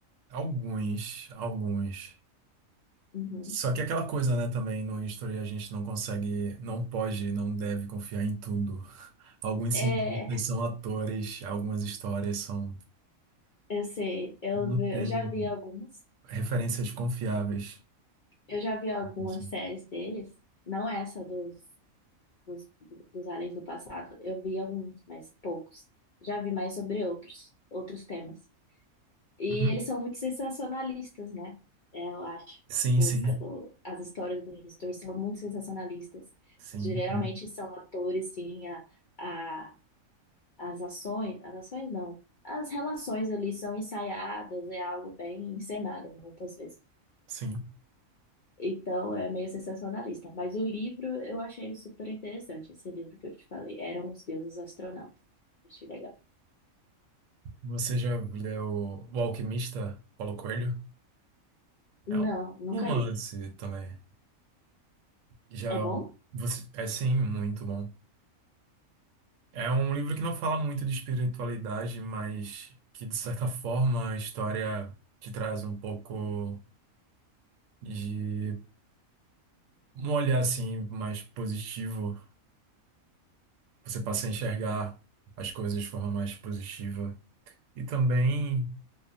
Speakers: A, on the right; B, on the left.
A: Alguns, alguns.
B: Uhum.
A: Só que aquela coisa, né, também no History a gente não consegue, não pode, não deve confiar em tudo. Alguns
B: É,
A: cientistas são atores, algumas histórias são,
B: eu sei. Eu,
A: não
B: vi-
A: tem
B: eu já vi alguns.
A: referências confiáveis.
B: Eu já vi algumas
A: assim.
B: séries deles. Não essa dos, dos, dos aliens do passado. Eu vi alguns, mas poucos. Já vi mais sobre outros, outros temas. E
A: Uhum.
B: eles são muito sensacionalistas, né? É, Eu acho.
A: Sim,
B: Os
A: sim,
B: ca- o- as histórias do History são muito sensacionalistas.
A: sim,
B: Geralmente
A: bom,
B: são atores, sim, a, a, as ações, as ações não, as relações ali são ensaiadas, é algo bem encenado muitas vezes.
A: sim.
B: Então é meio sensacionalista. Mas o livro eu achei super interessante, esse livro que eu te falei. Eram os deuses astronautas. Achei legal.
A: Você já leu O Alquimista, Paulo Coelho?
B: Não,
A: É
B: nunca
A: um romance
B: li.
A: também. Já
B: É bom?
A: você, é sim, muito bom. É um livro que não fala muito de espiritualidade, mas que de certa forma a história te traz um pouco de um olhar assim mais positivo. Você passa a enxergar as coisas de forma mais positiva e também